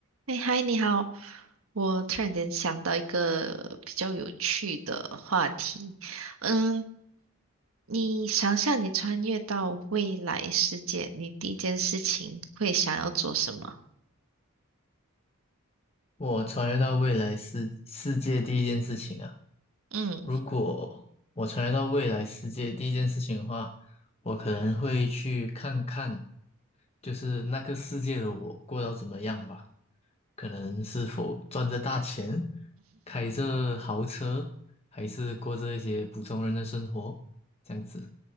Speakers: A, on the right (about 80°); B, on the left (about 30°).
A: 哎，嗨，你好！我突然间想到一个比较有趣的话题。嗯，你想象你穿越到未来世界，你第一件事情会想要做什么？
B: 我穿越到未来世世界第一件事情啊，
A: 嗯，
B: 如果我穿越到未来世界第一件事情的话，我可能会去看看，就是那个世界的我过到怎么样吧，可能是否赚着大钱，开着豪车，还是过着一些普通人的生活，这样子。